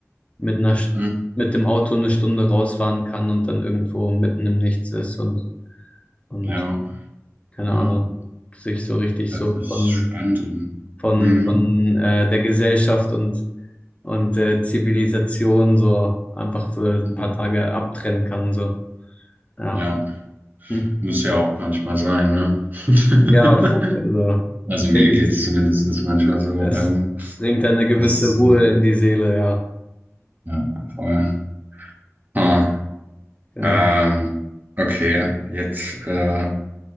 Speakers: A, on the left; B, on the right.
A: mit einer, St-
B: Mhm.
A: mit dem Auto eine Stunde rausfahren kann und dann irgendwo mitten im Nichts ist und, und
B: Ja,
A: keine
B: mhm.
A: Ahnung, sich so richtig
B: Das
A: so
B: ist
A: von,
B: spannend.
A: von,
B: Mhm.
A: von äh, der Gesellschaft und, und äh, Zivilisation so einfach für ein
B: Mhm.
A: paar Tage abtrennen kann. So. Ja.
B: Ja,
A: Hm.
B: muss ja auch manchmal sein, ne? <laughs>
A: Ja, voll. also
B: Also mir
A: bringt,
B: geht es zumindest manchmal so.
A: es
B: Ähm,
A: bringt eine gewisse
B: das,
A: Ruhe in die Seele, ja.
B: ja, voll. Ah,
A: Genau.
B: ähm, okay, jetzt, äh,